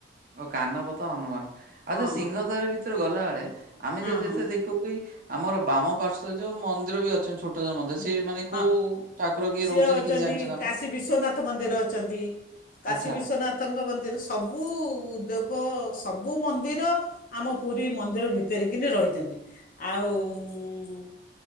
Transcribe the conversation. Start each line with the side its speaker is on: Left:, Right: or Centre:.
Right: ଓ କାନପତ ହନୁମାନ,
Left: ହଁ
Right: ଆଉ ଯୋଉ ସିଂହଦ୍ୱାର ଭିତରେ ଗଲାବେଳେ ଆମେ
Left: ହଁ
Right: ଯୋଉ ଯେତେ
Left: ହଁ
Right: ଦେଖୁ ଆମର ବାମ ପାର୍ଶ୍ୱରେ ଯୋଉ ମନ୍ଦିର ବି ଅଛନ୍ତି ଛୋଟ ମନ୍ଦିର
Left: ହୁଁ,
Right: ସେଇ ମାନେ
Left: ହଁ
Right: କୋଉ ଠାକୁର କିଏ
Left: ସିଏ
Right: ରହୁଛନ୍ତି
Left: ଅଛନ୍ତି
Right: କିଛି ଜାଣିଛନ୍ତି ଆପଣ?
Left: କାଶୀ ବିଶ୍ୱନାଥ ମନ୍ଦିର ଅଛନ୍ତି। କାଶୀ
Right: ଆଚ୍ଛା
Left: ବିଶ୍ୱନାଥଙ୍କ ମନ୍ଦିର ସବୁ ଦେବ ସବୁ ମନ୍ଦିର ଆମ ପୁରୀ ମନ୍ଦିର ଭିତରିକିନି ରହିଛନ୍ତି, ଆଉ ଉଁ